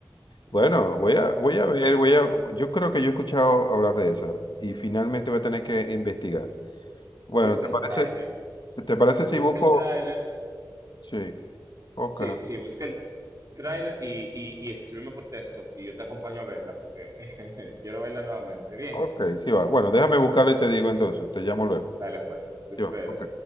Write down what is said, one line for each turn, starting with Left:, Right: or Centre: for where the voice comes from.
Right: Sí,
Left: Bueno, voy
Right: entonces,
Left: a, voy a ver, voy a, yo creo que yo he escuchado hablar de esa y finalmente voy a tener
Right: bu-
Left: que investigar. Bueno,
Right: busca
Left: ¿te
Right: el
Left: parece,
Right: tráiler,
Left: si te parece si
Right: busca
Left: busco?
Right: el tráiler,
Left: Sí, ok,
Right: sí, sí, busca el tráiler y, y, y escríbeme por texto y yo te acompaño a verla porque <laughs> quiero verla nuevamente. Bien,
Left: ok, sí va. Bueno, déjame buscarlo y te digo entonces, te llamo luego.
Right: dale, pues te espero.
Left: Sí va, ok.